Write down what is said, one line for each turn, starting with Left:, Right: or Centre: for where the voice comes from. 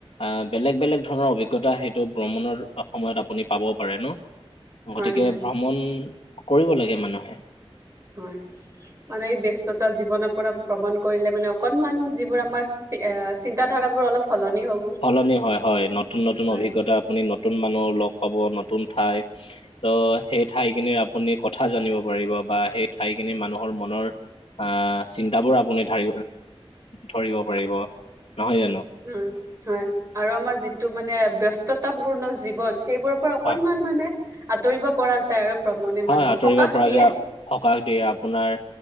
Left: আহ বেলেগ বেলেগ ধৰণৰ অভিজ্ঞতা সেইটো ভ্ৰমণৰ সময়ত আপুনি পাব পাৰে ন? গতিকে
Right: হয় হয়
Left: ভ্ৰমণ কৰিব লাগে মানুহে।
Right: হয়। মানে ব্যস্ততা জীৱনৰ পৰা ভ্ৰমণ কৰিলে মানে অকনমান যিবোৰ আমাৰ চিন্তা ধাৰাবোৰ অলপ, সলনি হ'ব
Left: সলনি হয়, হয় নতুন নতুন
Right: হয়
Left: অভিজ্ঞতা আপুনি নতুন মানুহ লগ পাব নতুন ঠাই ত সেই ঠাইখিনিৰ আপুনি কথা জানিব পাৰিব বা সেই ঠাইখিনি মানুহৰ মনৰ আহ চিন্তাবোৰ আপুনি ধাৰ ধৰিব পাৰিব নহয় জানো।
Right: উম হয় আৰু আমাৰ যিটো মানে ব্যস্ততাপূৰ্ণ জীৱন, সেইবোৰৰ পৰা অকনমান
Left: হয়
Right: মানে আঁতৰিব পৰা যায় আৰু ভ্ৰমণে
Left: হয়
Right: মানুহক
Left: আঁতৰিব
Right: সকাহ
Left: পৰা
Right: দিয়ে।
Left: যায় সকাহ দিয়ে আপোনাৰ